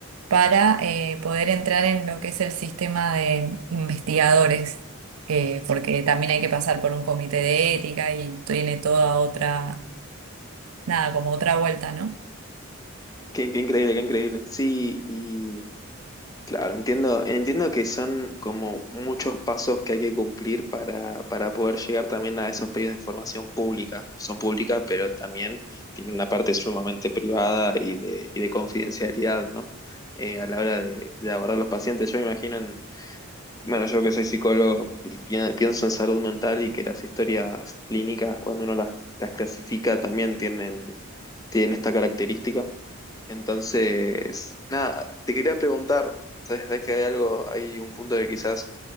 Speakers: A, on the right; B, on the left.
A: para eh, poder entrar en lo que es el sistema de investigadores, eh, porque también hay que pasar por un comité de ética y tiene toda otra, nada, como otra vuelta, ¿no?
B: Qué, qué increíble, qué increíble. Sí, Claro, entiendo, entiendo que son como muchos pasos que hay que cumplir para, para poder llegar también a esos pedidos de información pública. Son públicas, pero también tienen una parte sumamente privada y de, y de confidencialidad, ¿no? Eh, a la hora de, de abordar los pacientes. Yo me imagino en, bueno, yo que soy psicólogo, pi- pienso en salud mental y que las historias clínicas, cuando uno las, las clasifica, también tienen, tienen esta característica. Entonces, nada, te quería preguntar, sabes Sabés que hay algo, hay un punto que quizás,